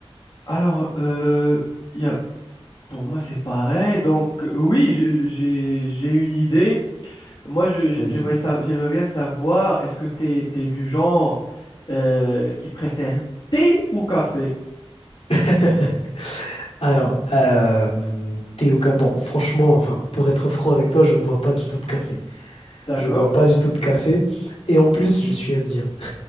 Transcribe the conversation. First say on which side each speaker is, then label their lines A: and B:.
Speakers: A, on the left; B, on the left.
A: Alors, euh, y a- pour moi, c'est pareil. Donc, euh, oui, je- j'ai j'ai une idée. Moi, je- je-
B: Vas-y.
A: j'aimerais sa- j'aimerais bien savoir, est-ce que t'es t'es du genre euh, qui préfère thé ou café?
B: <laughs> Alors, euh, thé au ca- Bon, franchement, enfin, pour être franc avec toi, je bois pas du tout de café.
A: D'accord,
B: Je bois pas du tout de café. Et en plus, je suis indien.